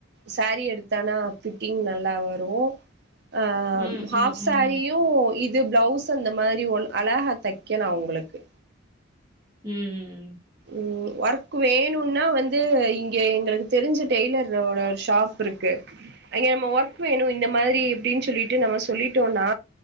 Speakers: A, on the right; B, on the right.
A: சாரீ எடுத்தானா ஃபிட்டிங் நல்லா வரும் ஆஹாம்
B: ம் ம்
A: சாரியும்
B: ம்
A: இ இது பிளவுஸ் அந்த மாரி ஒ அழகா தைக்கலாம் உங்களுக்கு
B: உம்
A: உம் ஒர்க் வேணும்னா வந்து இங்க எங்களுக்கு தெரிஞ்ச டெய்லரோட ஷாப் இருக்கு இங்க நம்ம ஒர்க் வேணும் இந்த மாரி அப்படின்னு சொல்லிட்டு நம்ம சொல்லிட்டோம்னா